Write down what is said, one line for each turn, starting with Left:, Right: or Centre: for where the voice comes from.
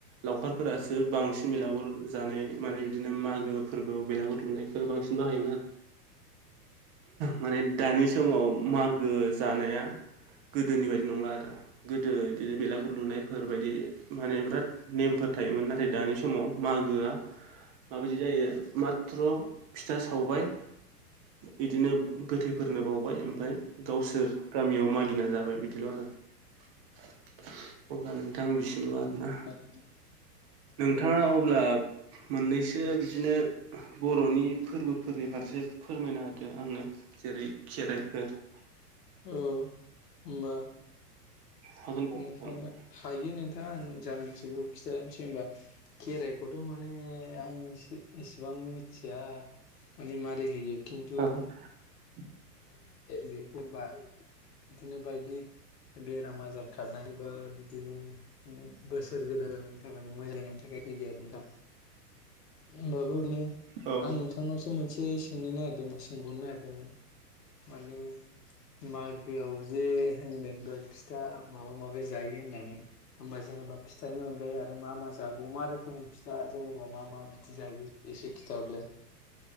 Right: लावखारफोरा बांसिन बेलागुर जानाय माने बिदिनो मागो फोरबोआव बेलागुर लुनायखौ बांसिन बाहायोमोन आरो माने दानि समाव मागो जानाया गोदोनि बायदि नंला आरो गोदो इदिनो बेलागुर लुनायफोर बायदि माने बिराद नेमफोर थायोमोन ना नाथाय दानि समाव मागोआ माबायदि जायो माथ्र फिथा सावबाय इदिनो गोथैफोरनो बावबाय ओमफाय गावसोर गामियाव मागिना जाबाय बिदिल‌ आरो अब्ला नोंथां बिसिमल आरोना
Left: <unintelligible>
Right: नोंथाङा
Left: औ
Right: अब्ला मोननैसो बिदिनो बरनि फोरबोफोरनि फारसे फोरमायना होदो आंनो जेरै खेराइफोर
Left: औ होमबा
Right: हागोन औ
Left: नोंथांनो हायो नोंथां आं जा मिथियो बेखौ खिथानोसै होनबा खेराइ खौथ माने आं एसे एसेबां मिथिया माने मारै होयो खिन्थु
Right: <unintelligible>
Left: बेखौ बाय बिदिनो बायदि बेराम आजार खारनाय बा बिदिनो जोङो बोसोर गोदान जानायनि थाखाय नो मोजांनि थाखाय होयो आरो नोंथां। होमबाबो माने
Right: औ
Left: आं नोंथांनावसो मोनसे सोंनो नागिरदों सोंबावनो नागिरदोंमोन। माने मागोयाव ज जे होनदों दय फिथा माबा माबि जायो होननानै होमबा जेनेबा फिथाइनि अनगायै आरो मा मा ज दा बाव मा रोखोमनि फिथा जोनेबा मा मा बिदि जायो एसे खिथाहरलाय।